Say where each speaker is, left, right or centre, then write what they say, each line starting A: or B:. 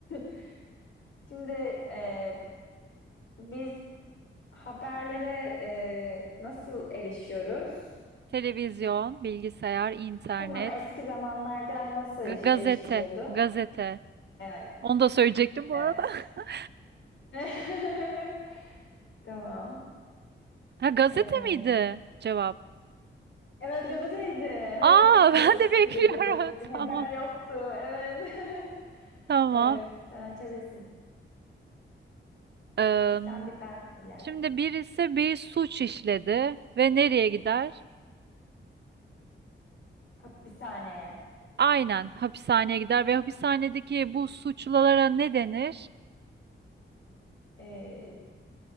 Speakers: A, on the left; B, on the right.
A: <laughs> Şimdi ee, biz Haberlere e, nasıl erişiyoruz?
B: Televizyon, bilgisayar, internet,
A: Tamam, eski zamanlarda nasıl
B: g-
A: eriş-
B: gazete,
A: erişiliyordu?
B: gazete.
A: Evet,
B: Onu da söyleyecektim bu
A: evet.
B: arada. <laughs>
A: <laughs> Tamam.
B: Ha gazete
A: E,
B: miydi cevap?
A: evet, gazeteydi. Evet,
B: Aa
A: basitti
B: <laughs> ben de bekliyorum.
A: bir. Bu da haber
B: <laughs> Tamam.
A: yoktu. Evet. <laughs>
B: Tamam.
A: Evet, sen açabilirsin.
B: Eee,
A: Bir sen bir ben ileride.
B: şimdi birisi bir suç işledi ve nereye gider?
A: Hapishaneye.
B: Aynen hapishaneye gider ve hapishanedeki bu suçlulara ne denir?
A: E,